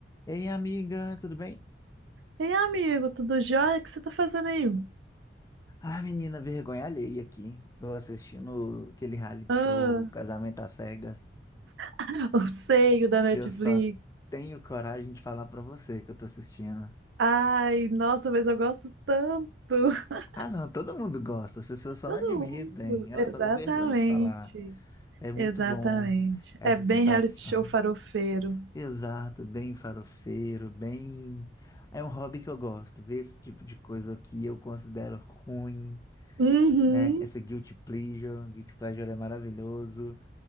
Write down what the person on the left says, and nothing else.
Ei, amiga, tudo bem?
Ah, menina, vergonha alheia aqui. Tô assistindo aquele reality
show Casamento às Cegas,
que eu só tenho coragem de falar pra você que eu tô assistindo.
Ah, não, todo mundo gosta, as pessoas só
não admitem,
elas
só têm vergonha de falar. É muito
bom essa
sensação.
Exato, bem farofeiro, bem. É um hobby que eu gosto, ver esse tipo de coisa que eu considero ruim,
né? Essa guilty pleasure, guilty pleasure é maravilhoso.